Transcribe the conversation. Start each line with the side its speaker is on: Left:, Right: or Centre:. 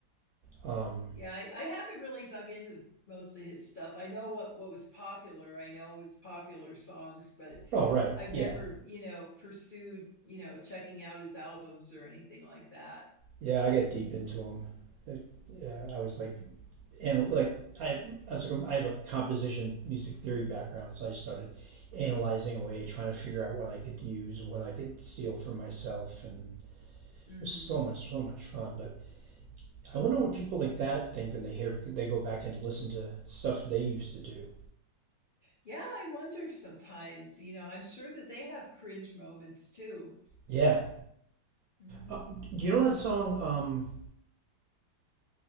Right: Um,
Left: Yeah, I, I haven't really dug into most of his stuff. I know what what was popular. I know his popular songs, but
Right: oh right,
Left: I've
Right: yeah,
Left: never, you know, pursued, you know, checking out his albums or anything like that.
Right: yeah. I got deep into them. It, yeah, I was like, and like I as a, I have a composition music theory background, so I just started analyzing away, trying to figure out what I could use and what I could steal for myself, and
Left: hmm
Right: it was so much so much fun. But I wonder what people like that think when they hear they go back and listen to stuff they used to do.
Left: Yeah, I wonder sometimes, you know, I'm sure that they have cringe moments too.
Right: Yeah,
Left: hmm
Right: uh, do you know that song um,